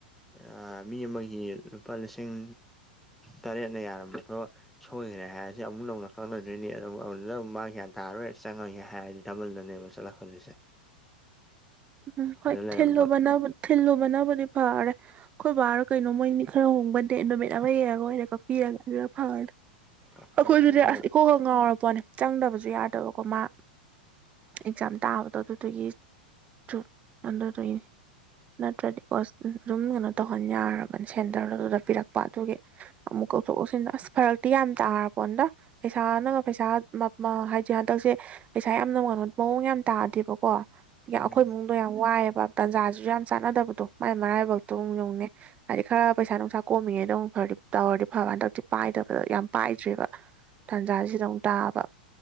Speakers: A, in the centre; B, on the right.
A: ꯑ ꯃꯤ ꯑꯃꯒꯤ ꯂꯨꯄꯥ ꯂꯤꯁꯤꯡ ꯇꯔꯦꯠꯅ ꯌꯥꯔꯝꯕꯗꯣ ꯁꯣꯏꯈ꯭ꯔꯦ ꯍꯥꯏꯔꯁꯦ ꯑꯃꯨꯛ ꯅꯧꯅ ꯈꯪꯅꯗꯣꯏꯅꯤ ꯑꯗꯨ ꯑꯗꯨ ꯃꯥ ꯒꯌꯥꯟ ꯇꯥꯔꯣꯏ ꯆꯪꯉꯒꯦ ꯍꯥꯏꯔꯗꯤ ꯗꯕꯜꯗꯅꯦꯕ ꯆꯂꯛꯀ ꯗꫭꯏꯁꯦ
B: ꯎꯝ ꯍꯣꯏ
A: ꯂꯩꯔꯝꯕ
B: ꯊꯤꯜꯂꯨꯚꯅ ꯊꯤꯜꯂꯨꯕꯅꯥꯕꯨꯗꯤ ꯐꯥꯔꯦ ꯑꯩꯈꯣꯏ ꯕꯥꯔꯣ ꯀꯩꯅꯣ ꯃꯣꯏꯅꯤ ꯈꯔ ꯍꯣꯡꯕꯗꯦ ꯅꯨꯃꯤꯠ ꯑꯃ ꯌꯦꯡꯉꯒ ꯑꫭꯏꯅ ꯀꯛꯄꯤꯔꯒꯦ ꯑꯗꯨꯅ ꯐꯔꯥ
A: ꯑꯗꯨꯅ
B: ꯑꯩꯈꯣꯏꯗꯨꯗꯤ ꯑꯁ ꯏꯀꯣꯛꯀ ꯉꯥꯎꯔꯄꯣꯠꯅꯦ ꯆꯪꯗꯕꯁꯨ ꯌꯥꯗꯕꯀꯣ ꯃꯥ ꯑꯦꯛꯖꯥꯝ ꯇꯥꯕꯗꯣ ꯑꯗꯨꯗꯨꯒꯤ ꯖꯨ
A: ꯎꯝ
B: ꯑꯗꯨꯗꯨꯒꯤꯅꯦ ꯅꯠꯇ꯭ꯔꯗꯤꯀꯣ ꯑꯗꯨꯝ ꯀꯩꯅꯣ ꯇꯧꯍꯟ ꯌꯥꯔꯕꯅꯤ ꯁꯦꯟꯇꯔ ꯑꯗꯨꯗ ꯄꯤꯔꯛꯄ ꯑꯗꯨꯒꯤ ꯑꯃꯨꯛ ꯀꯧꯊꯣꯛꯀꯧꯁꯤꯟꯗꫭ ꯑꯁ ꯐꯔꯛꯇꯤ ꯌꯥꯝ ꯇꯥꯔꯄꫭꯠꯅꯤꯗ ꯄꯩꯁꯥ ꯅꯪ ꯄꯩꯁꯥ ꯃꯝꯃ ꯍꯥꯏꯗꯤ ꯍꯟꯗꯛꯁꯦ ꯄꯩꯁꯥ ꯌꯥꯝ ꯅꯨꯡꯉꯕ ꯃꯑꯣꯡ ꯌꯥꯝ ꯇꯥꯗꯦꯕꯀꯣ ꯌꯥ
A: ꯎꯝ
B: ꯑꯩꯈꯣꯏ ꯃꯨꯡ ꯗꯣ ꯌꯥꯝ ꯋꯥꯏꯑꯦꯕ ꯇꯟꯖꯥꯖꯤꯖꯨ ꯌꯥꯝ ꯆꯥꯟꯅꯗꯕꯗꯣ ꯃꯥꯏ ꯃꯔꯥꯏꯕꯛꯇꯣ ꯑꯃꯨꯛ ꯌꯦꯡꯉꯨꯅꯦ ꯍꯥꯏꯗꯤ ꯈꯔ ꯄꯩꯁꯥ ꯅꯨꯡꯁꯥ ꯀꯣꯝꯃꯤꯉꯩꯗꯣ ꯑꯃꯨꯛ ꯐꯔꯗꯤ ꯇꯧꯔꯗꯤ ꯐꯕꯅ ꯍꯟꯗꯛꯇꯤ ꯄꯥꯏꯗꯕꯗ ꯌꯥꯝ ꯄꯥꯏꯗ꯭ꯔꯦꯕ ꯇꯟꯖꯥꯖꯤꯗ ꯑꯃꯨꯛ ꯇꯥꯕ